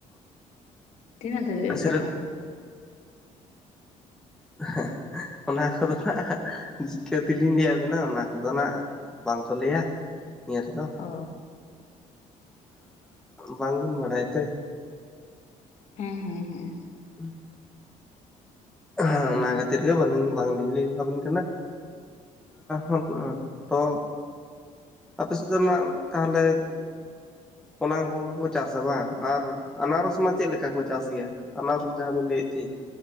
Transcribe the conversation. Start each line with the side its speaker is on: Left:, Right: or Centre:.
Left: ᱛᱤᱱᱟᱹᱜ ᱫᱷᱟᱵᱹᱤᱡ ᱮᱢ
Centre: ᱥᱤᱨᱟᱹᱛ
Left: ᱯᱟᱲᱦᱟᱣ
Centre: ᱦᱮᱸᱜ ᱮᱸ <inaudible> ᱚᱱᱟ ᱠᱚᱫᱚ ᱱᱟᱜ ᱦᱟᱜ ᱪᱤᱠᱟᱹᱛᱮᱞᱤᱧ ᱞᱟᱹᱭ ᱟᱵᱤᱱᱟ ᱚᱱᱟ ᱠᱚᱫᱚ ᱱᱟᱜ ᱵᱟᱝᱠᱚ ᱞᱟᱹᱭᱟ ᱱᱤᱭᱟᱹ ᱫᱚ
Left: ᱚᱻ
Centre: ᱵᱟᱝᱵᱤᱱ ᱵᱟᱲᱟᱭ ᱛᱮ
Left: ᱦᱮᱸ ᱦᱮᱸ ᱦᱮᱸ
Centre: <inaudible> ᱦᱮᱸ ᱚᱱᱟ ᱠᱷᱟᱹᱛᱤᱨ ᱜᱮ ᱵᱟᱞᱤᱧ ᱵᱟᱝ ᱞᱤᱧ ᱞᱟᱹᱭ ᱟᱵᱤᱱ ᱠᱟᱱᱟ <inaudible> ᱛᱚ ᱟᱯᱮ ᱥᱮᱫ ᱫᱚ ᱱᱟᱜ ᱛᱟᱦᱚᱞᱮ ᱚᱱᱟ ᱠᱚᱜᱮ ᱠᱚ ᱪᱟᱥᱟ ᱵᱟᱝ ᱟᱨ ᱟᱱᱟᱨᱚᱥ ᱢᱟ ᱪᱮᱫ ᱞᱮᱠᱟ ᱠᱚ ᱪᱟᱥ ᱜᱮᱭᱟ ᱟᱱᱟᱨᱥ ᱡᱟᱦᱟᱸ ᱵᱤᱱ ᱞᱟᱹᱭᱮᱫ ᱛᱟᱦᱤᱸᱜ